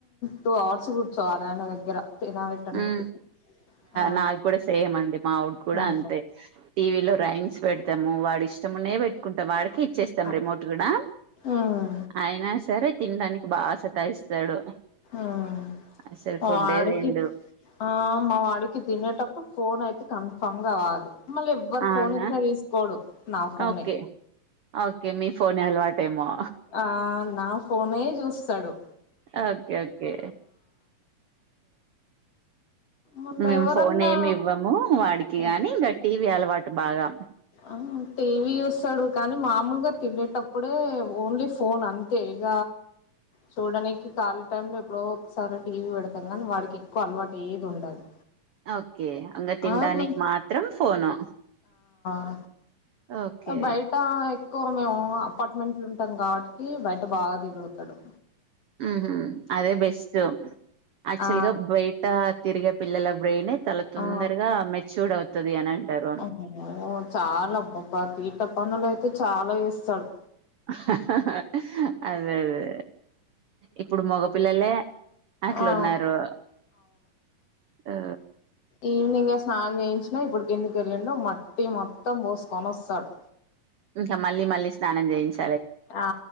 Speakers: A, on the left (about 45°); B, on the right (about 75°).
A: టూ అవర్స్ కూర్చోవాలే ఆయన దగ్గర తినబెట్టడానికి
B: ఉ
A: ఆ
B: నాది కూడా సేమ్ అండి మావోడు కూడా
A: అమ్మో
B: అంతే టీవీలో రైమ్స్ పెడతము వాడు ఇష్టమున్నే పె ఇంకా వాడికే ఇచ్చేస్తాం
A: ఆ
B: రిమోట్ కూడా
A: ఉమ్
B: అయినా సరే తినడానికి బాగా సతాయిస్తాడు
A: ఉమ్
B: అసలు
A: మా
B: ఫుడ్
A: వాడికి
B: ఏ తినడు
A: ఆ మా వాడికి తినేటప్పుడు ఫోన్ అయితే కన్ఫర్మ్ కావాలి మళ్ళ ఎవ్వరు
B: అవునా
A: ఫోన్ ఇచ్చిన తీసుకోడు నా ఫోనే
B: ఓకే ఓకే మీ ఫోనే అలవాటేమో
A: ఆ నా ఫోనే చూస్తడు
B: ఓకే ఓకే
A: మళ్ళ
B: మేము
A: ఎవరన్నా
B: ఫోన్ ఏమి ఇవ్వము వాడికి
A: ఆ
B: కాని ఇంగా టీవీ అలవాటు బాగా
A: ఆ టీవీ చూస్తాడు కానీ మామూలుగా తినేటప్పుడే ఓన్లీ ఫోన్ అంతే ఇగ చూడడనికి కాలీ టైమ్ లో ఎప్పుడో ఒకసారి టీవీ పెడతాం కానీ వాడికి ఎక్కువ అలవాటు ఏది ఉండదు
B: ఓకే ఇంగా తింటనికి
A: ఆ మ
B: మాత్రం ఫోను
A: ఆ
B: ఓకే
A: బయటా ఏ ఎక్కువ మేము అపార్ట్మెంట్లు ఉంటాం కాబట్టి బయట బాగా తిరుగుతడు
B: ఉహు అదే బెస్ట్ యాక్చువల్
A: ఆ
B: గా బయట తిరిగే పిల్లల బ్రెయిన్ చాలా తొందరగా
A: ఆ
B: మెచ్యూర్డ్ అవుతది అని అంటారు
A: <unintelligible> చాలా అబ్బా తిట పనులు అయితే చాలా చేస్తడు
B: హహహ అదేదే ఇప్పుడు మగపిల్లలే అట్లున్నారు
A: ఆ
B: ఆ
A: ఏంది ఇంగా స్నానం చేయించినా ఇప్పుడు కిందికి ఎలిన్డు మట్టి మొత్తం పోసుకొని వస్తాడు
B: ఇంకా మళ్ళీ మళ్ళీ స్నానం చేయించి
A: ఆ